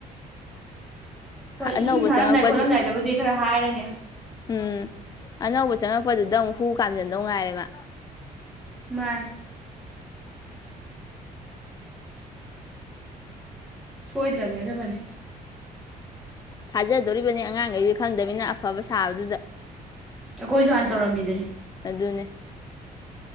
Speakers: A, in the centre; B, on the left.
A: ꯍꯣꯏ
B: ꯑꯅꯧꯕ
A: ꯏꯁꯤꯡ ꯊꯥꯔꯝꯗꯥꯏ
B: ꯆꯪꯉꯛꯄꯗꯨ
A: ꯈꯣꯠꯂꯝꯗꯥꯏꯗꯕꯨꯗꯤ ꯈꯔ ꯍꯥꯏꯔꯅꯦ
B: ꯎꯝ ꯑꯅꯧꯕ ꯆꯪꯉꯛꯄꯗꯨꯗ ꯑꯃꯨꯛ ꯍꯨ ꯀꯥꯝꯁꯤꯟꯗꯧ ꯉꯥꯏꯔꯦꯕ
A: ꯃꯥ ꯁꯣꯏꯗ꯭ꯔꯕꯅꯦ ꯑꯗꯨꯃꯅꯤ
B: ꯊꯥꯖꯗꯣꯔꯤꯕꯅꯤ ꯑꯉꯥꯡꯈꯩꯗꯤ ꯈꯪꯗꯃꯤꯅ ꯑꯐꯕ ꯁꯥꯕꯗꯨꯗ
A: ꯑꯩꯈꯣꯏꯁꯨ ꯍꯥꯟꯅ ꯇꯧꯔꯝꯃꯤꯗꯨꯅꯤ
B: ꯑꯗꯨꯅꯦ